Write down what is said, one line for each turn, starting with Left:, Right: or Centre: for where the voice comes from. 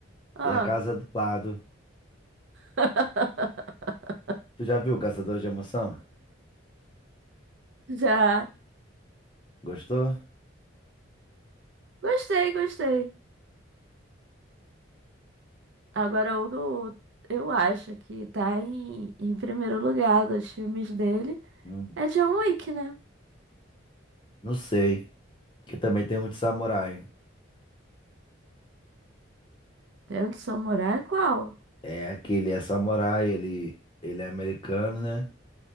Right: Ah.
Left: E a casa do lado.
Right: <laughs>
Left: Tu já viu Caçador de Emoção?
Right: Já.
Left: Gostou?
Right: Gostei, gostei. Agora o que eu, eu acho que tá em, em primeiro lugar dos filmes dele
Left: Hum,
Right: é John Wick, né?
Left: não sei. Que também tem um de samurai.
Right: Dentro do Samurai, qual?
Left: É aquele é samurai, ele, ele é americano, né?